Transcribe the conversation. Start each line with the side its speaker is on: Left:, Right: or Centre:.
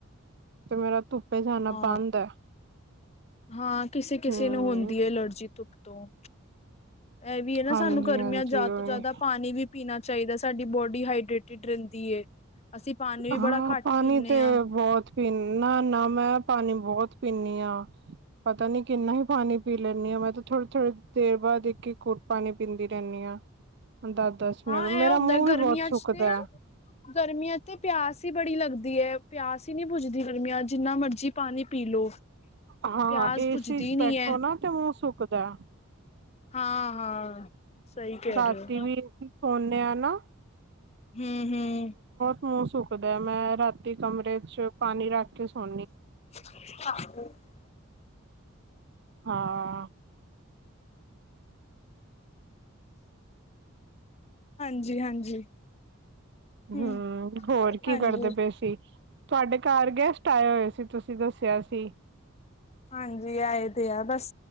Right: ਤੇ ਮੇਰਾ ਤੁੁੱਪੇ ਜਾਣਾ
Left: ਹਾਂ
Right: ਬੰਦ ਹੈ
Left: ਹਾਂ ਕਿਸੇ ਕਿਸੇ
Right: ਹਮ
Left: ਨੂੰ ਹੁੰਦੀ ਹੈ ਐਲਰਜੀ ਤੋਂ ਤੋਂ ਇਹ ਵੀ ਹੈ ਨਾ
Right: ਹਾਂਜੀ
Left: ਸਾਨੂੰ ਗਰਮੀਆਂ
Right: ਹਾਂਜੀ
Left: ਜ਼ਿਆਦਾ
Right: ਉਹੀ
Left: ਤੋਂ ਜ਼ਿਆਦਾ ਪਾਣੀ ਵੀ ਪੀਣਾ ਚਾਹੀਦਾ ਸੀ ਸਾਡੀ ਬੋਡੀ ਹਾਈਡਰੇਟਿਡ ਰਹਿੰਦੀ ਇਹ ਅਸੀਂ ਪਾਣੀ ਵੀ
Right: ਹਾਂ
Left: ਬੜਾ ਘੱਟ
Right: ਪਾਣੀ
Left: ਪੀਂਦੇ
Right: ਤੇ
Left: ਹਾਂ
Right: ਬਹੁਤ ਤੇ ਨਾ ਨਾ ਮੈਂ ਪਾਣੀ ਬਹੁਤ ਪੀਂਨੀ ਹਾਂ ਪਤਾ ਨੀ ਕਿੰਨਾ ਹੀ ਪਾਣੀ ਪੀ ਲੈਂਨੀ ਹਾਂ ਮੈਂ ਤਾਂ ਥੋੜੀ-ਥੋੜੀ ਦੇਰ ਬਾਦ ਕੀ ਘੁੱਟ ਪਾਣੀ ਪੀਂਦੀ ਕਿੰਨੀਆਂ ਦੱਸ ਦੱਸ
Left: ਹਾਂ
Right: ਮਿੰਟ ਮੇਰਾ
Left: ਇਹ ਹੁੰਦਾ
Right: ਮੂੰਹ ਵੀ
Left: ਗਰਮੀਆਂ
Right: ਬਹੁਤ ਸੁੁੱਕਦਾ
Left: ਚ ਤੇ ਗਰਮੀਆਂ ਤੇ ਪਿਆਸ ਹੀ ਬੜੀ ਲੱਗਦੀ ਹੈ ਪਿਆਸ ਹੀ ਨਹੀਂ ਬੁਜਦੀ ਗਰਮੀਆਂ ਜਿੰਨਾ ਮਰਜੀ ਪਾਣੀ ਪੀ ਲੋ
Right: ਹਾਂ
Left: ਪਿਆਸ
Right: ਏਸੀ
Left: ਬੁਝਦੀ
Right: ਚ
Left: ਨੀ
Right: ਬੈਠੋ
Left: ਹੈ
Right: ਨਾ ਤੇ ਮੂੰਹ ਸੁੱਕਦਾ,
Left: ਹਾਂ ਹਾਂ, ਸਹੀ ਕਹਿ
Right: ਰਾਤੀ
Left: ਰਹੇ ਹੋ
Right: ਵੀ, ਸੋਨੇ ਆ ਨਾ,
Left: ਹੂੰ ਹੂੰ,
Right: ਹਾ ਸੋ, ਦ ਮੈਂ ਰਾਤੀ ਕਮਰੇ ਚ, ਪਾਣੀ ਰੱਖ ਕੇ ਸੋ
Left: <unintelligible>
Right: ਹਾਂ,
Left: ਹਾਂਜੀ ਹਾਂਜੀ, ਹਮ
Right: ਹੂੰ, ਹੋਰ ਕੀ
Left: ਹਾਂਜੀ
Right: ਕਰਦੇ ਪਏ ਸੀ। ਤੁਹਾਡੇ ਘਰ ਗੈਸਟ ਆਏ ਹੋਏ ਸੀ ਤੁਸੀਂ ਦੱਸਿਆ ਸੀ।
Left: ਹਾਂਜੀ ਆਏ ਤੇ ਆ ਬਸ